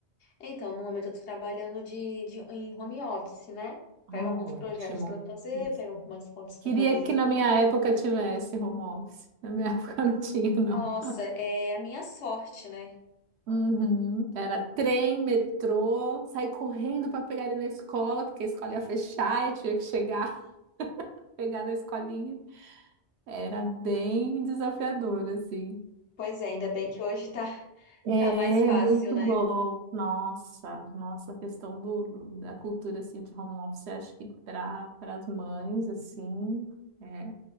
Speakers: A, on the left; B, on the right.
A: Então, no momento eu tô trabalhando de, de, em home office, né? Pego
B: Ah,
A: alguns
B: ótimo.
A: projetos pra fazer,
B: Isso.
A: pego algumas fotos pra
B: Queria
A: poder.
B: que na minha época tivesse home office. Na minha <laughs> época não tinha, não.
A: Nossa, é a minha sorte, né?
B: Uhum. Era trem, metrô, sair correndo para pegar ele na escola, porque a escola ia fechar e tinha que chegar, <laughs> pegar na escolinha. Era bem desafiador, assim.
A: Pois é, ainda bem que hoje tá,
B: É
A: tá mais fácil,
B: muito
A: né?
B: bom. Nossa, nossa, a questão do, do- da cultura assim de home office, eu acho que para para as mães assim é